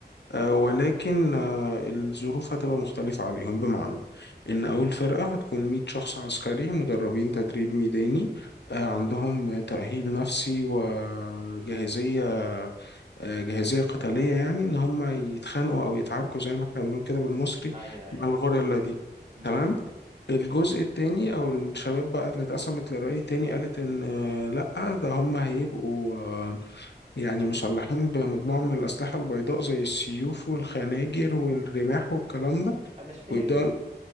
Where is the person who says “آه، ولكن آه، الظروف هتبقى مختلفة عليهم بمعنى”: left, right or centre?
Left